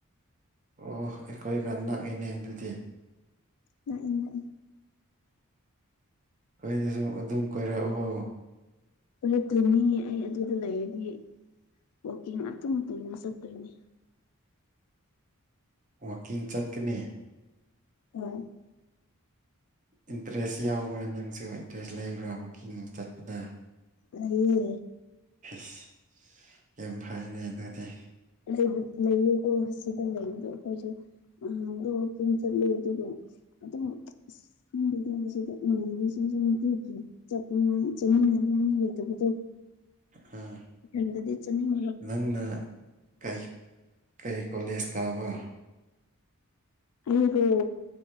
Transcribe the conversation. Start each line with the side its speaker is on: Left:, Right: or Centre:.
Right: ꯑꯣ ꯑꯩꯈꯣꯏꯒ ꯅꯛꯑꯦꯅꯦ ꯑꯗꯨꯗꯤ
Left: ꯉꯛꯏ ꯉꯛꯏ
Right: ꯍꯣꯏꯗꯁꯨ ꯑꯗꯨꯝ ꯀꯣꯏꯔꯛꯂꯣ
Left: ꯀꯔ ꯀꯂꯤꯅꯤ ꯑꯩ ꯑꯗꯨꯗ ꯂꯩꯔꯗꯤ ꯋꯥꯛꯀꯤꯡ ꯑꯗꯨꯝ ꯇꯣꯏꯅ ꯆꯠꯇꯣꯏꯅꯤ
Right: ꯋꯥꯀꯤꯡ ꯆꯠꯀꯅꯤ
Left: ꯎꯝ
Right: ꯏꯟꯇꯔꯦꯁ ꯌꯥꯎꯕ꯭ꯔꯥ ꯅꯪꯁꯨ ꯏꯟꯇꯔꯦꯁ ꯂꯩꯕ꯭ꯔꯥ ꯋꯥꯛꯀꯤꯡ ꯆꯠꯄꯗ
Left: ꯂꯩꯌꯦ
Right: ꯁ ꯌꯥꯝ ꯐꯩꯅꯦ ꯑꯗꯨꯗꯤ
Left: ꯂꯩ ꯂꯩꯌꯦꯀꯣ ꯁꯤꯗ ꯂꯩꯕꯗꯣ ꯑꯩꯈꯣꯏꯁꯨ ꯑꯗꯣ ꯋꯥꯀꯤꯡ ꯆꯂꯦ ꯑꯗꯨꯒ ꯑꯗꯨꯝ ꯈꯪꯗꯗꯁꯤꯗ ꯏꯕꯤꯁꯤꯡꯁꯨ ꯑꯃꯨꯛ ꯄꯤꯈꯤ ꯆ ꯆꯅꯤꯡꯗꯅꯇꯗꯣ
Right: ꯑꯥ
Left: ꯎꯗꯗꯤ ꯆꯅꯤꯡ
Right: ꯅꯪꯅ ꯀꯩ ꯀꯩ ꯀꯣꯂꯦꯖ ꯀꯥꯕ
Left: ꯎꯕꯨ